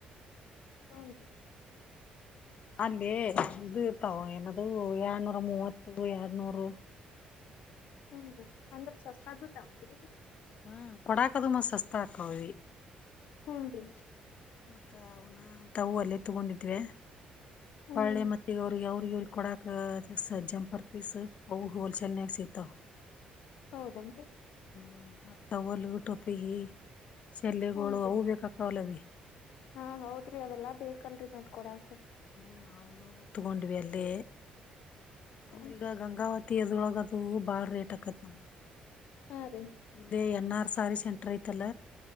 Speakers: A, on the left; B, on the left.
A: ಹೌನ ರಿ
B: ಅಲ್ಲಿ ಇದು ತಾವ ಏನದು ಎಡ್ನೂರ ಮೂವತ್ತು ಎಡ್ನೂರು
A: ಹ ಅಂದ್ರ ಸವಸ್ ತನ
B: ಹ್ಮ ಕೊಡಾಕದ ಮ ಸಸ್ತ ಆಕವವಿ
A: ಹೂಂ ರಿ
B: ಮತ್ತ ಅವನ ಅಂತ ಹೂ ಅಲ್ಲಿ ತಗೊಂಡಿದ್ವೆ
A: ಹ್ಮ್
B: ಬಳೆ ಮತ್ತೆ ಅವ್ರಿಗೆ ಅವ್ರಿಗೆ ಇವ್ರಿಗೆ ಕೊಡಾಕ ದ ಸ ಜಂಪರ್ಪಿಸಿಸ ಹೊಲಸೇಲ್ ನಕ್ ಸೀತ
A: ಹೌದಂತೆ
B: ಹ್ಮ್ ಮತ್ತ ಒಲ್ ಯೂಟ್ಯೂಬ್ ಪ್ಪಿಗೆ ಶಲ್ಲೆಗಳು
A: ಹೂನ್ರಿ
B: ಅವು ಬೇಕಕ್ಕಾವಲ್ಲವಿ
A: ಹಾ ಹೌದ್ರಿ ಅವೆಲ್ಲಾ ಬೇಕಲ್ರರಿ ಮಂದ್ಕೊಡಕ್
B: ಹ್ಮ್ ಅವನು ತಗೊಂಡ್ವಿ ಅಲ್ಲಿ
A: ಹೂನ್ರಿ
B: ಅಂದ್ರೀಗ ಗಂಗಾವತಿ ಎದ್ರೊಳ ಅದು ಬಾಳ ರೇಟ್ ಆಕತ್ ನಮ್ಗೆ
A: ಹಾ ರೀ
B: ಇಲ್ಲೇ ಎನ್ನ ಸಾರಿ ಸೆಂಟರ್ ಐತಲ್ಲ